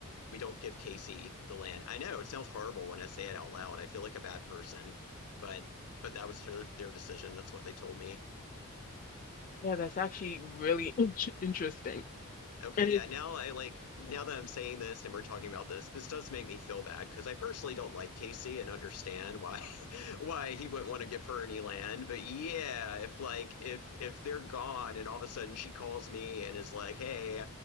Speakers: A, on the left; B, on the left.
A: we don't give Casey the land. I know it sounds horrible when I say it out loud. I feel like a bad person, but but that was their, their decision. That's what they told me.
B: Yeah, that's actually really in interesting.
A: Okay,
B: And
A: yeah,
B: it,
A: now I like now that I'm saying this and we're talking about this, this does make me feel bad because I personally don't like Casey and understand why <laughs> why he wouldn't want to give her any land. But yeah, if like if if they're gone and all of a sudden she calls me and is like, "Hey,